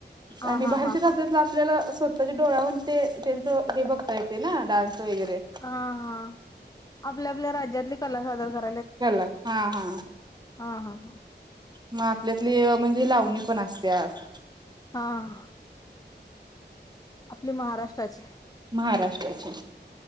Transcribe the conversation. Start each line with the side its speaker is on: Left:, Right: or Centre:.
Left: हा
Right: आणि
Left: हा
Right: बाहेरच्या
Left: हा
Right: राज्यात
Left: हा
Right: आपल्याला स्वः त्याच्या डोळ्याहून ते त्यांचं हे बघता येते ना डान्स वगैरे.
Left: हां हा आपल्या आपल्या राज्यातली कला सादर कर
Right: हा ना हा हा
Left: हा हा हा
Right: मग आपल्यातले म्हणजे लावणी पण असत्यात.
Left: हां आपले महाराष्ट्राचे.
Right: महाराष्ट्राचे